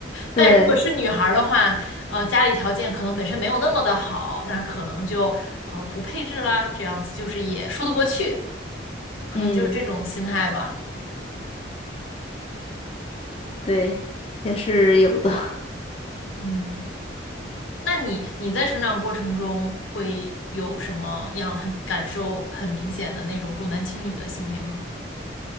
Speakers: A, on the left; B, on the left.
A: 对，
B: 但如果是女孩儿的话，呃，家里条件可能本身没有那么的好，那可能就呃不配置啦，这样子就是也说得过去，可能就是这种心态吧。
A: 嗯。对，也是有的。<laughs>
B: 嗯，那你你在成长过程中会有什么样很感受很明显的那种重男轻女的行为吗？